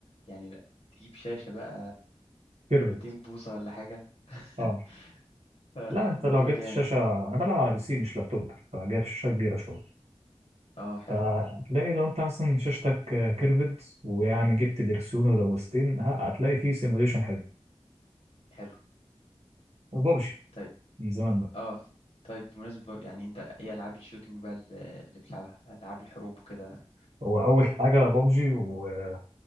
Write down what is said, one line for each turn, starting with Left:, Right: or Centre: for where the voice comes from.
Left: يعني لا، تجيب شاشه بقى
Right: كيرفت
Left: 200 بوصه ولا حاجه <laughs>
Right: اه
Left: فالموضوع
Right: لا انت لو جبت
Left: جامد
Right: الشاشه انا بلعب على بي سي مش لابتوب فجايب شاشه كبيره شويه
Left: اه حلو
Right: فهتلاقي لو انت مثلا شاشتك آه، كيرفد ويعني جبت دركسيون ولوستين ه- هتلاقي فيه سيموليشن حلو
Left: حلو
Right: وبابجي
Left: طيب
Right: من زمان بقى
Left: اه ف- طيب بمناسبة بقى- يعني انت ايه العاب الشوتينج بقى اللي اللي بتلعبها العاب الحروب وكده
Right: هو اول حاجه بابجي وفي